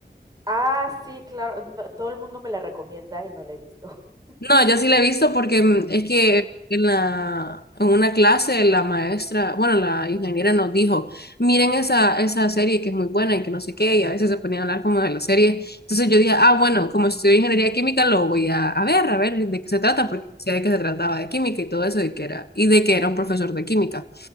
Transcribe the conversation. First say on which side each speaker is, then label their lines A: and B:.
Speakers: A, on the right; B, on the left.
A: Ah, sí, claro. m- Todo el mundo me la recomienda y no la he visto. <laughs>
B: No, yo sí la he visto porque mm, es que en la, en una clase la maestra, bueno, la ingeniera nos dijo, miren esa, esa serie que es muy buena y que no sé qué, y a veces se ponía a hablar como de la serie. Entonces yo dije, ah, bueno, como estudio ingeniería química, lo voy a, a ver, a ver de qué se trata,
A: Ujú,
B: porque decía de que se trataba de química y todo eso, y que era, y de que era un profesor de química.